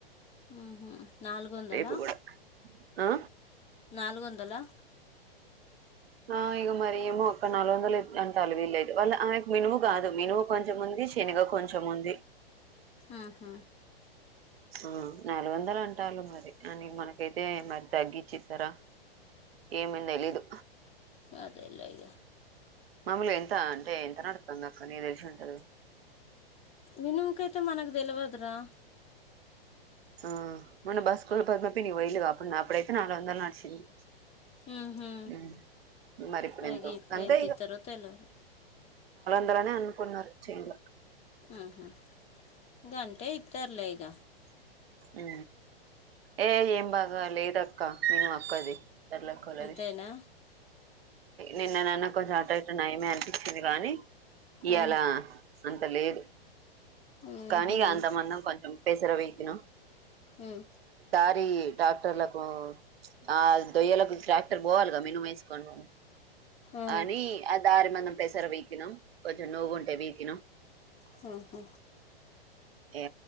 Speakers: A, on the left; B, on the right.
A: ఉహూ నాలుగు వందలా
B: రేపు కూడా ఆ
A: నాలుగు వందలా
B: ఆ ఇక మరి ఏమో ఒక్క నాలుగు వందలు అంటాలు వీళ్ళదు వాళ్ళ ఆమెకు మినుము కాదు మినుము కొంచెంముంది శనగ కొంచెం ఉంది
A: ఉహూ
B: ఆ నాలుగు వందలు అంటాళ్ళు మరి అని మనకైతే మరి తగ్గించిస్తారా ఏమ అని తెలీదు
A: అదేలే ఇగ
B: మాములుగా ఎంత అంటే ఎంత నడుస్తుంది అక్క నీకి తెలిసి ఉంటది
A: మినిముకయితే మనకు తెలువదురా
B: ఆ మన బస్కు పద్మ పిన్ని పోయేలా దా అప్పుడు నా అప్పుడు అయితే నాలుగు వందలు నడిచింది
A: ఉహూ
B: హ్మ్. మరి
A: అలాగే
B: ఎంతో
A: ఇప్పుడు
B: అంతే
A: ఎంత ఇస్తారో తెలవదు
B: అందరనే అనుకున్నారు చేన్ లో
A: ఆహా గంటే ఇత్తరూ లే ఇగ
B: ఉ ఏయ ఏం బాగా లేదక్క క్క మినుము అక్కా అది ఎర్లాక్కోలది
A: అంతేనా
B: నిన్న నన్న కొంచెం ఆటో ఇటు నయమే అనిపించింది కానీ ఇయ్యాలా
A: ఆ
B: అంత లేదు
A: ఊహు
B: కానీ ఇగా అంతమంది కొంచం పెసరా వీకీనా
A: ఉమ్
B: దారి ట్రాక్టర్లకు ఆ దొయ్యలకు ట్రాక్టర్ పోవాలిగా మినుము వేసుకొని
A: ఆ
B: అని ఆ దారి మొన్న పెసర వీకినాం కొంచెం నువ్వు ఉంటే వీకినాం
A: హా హా
B: ఏ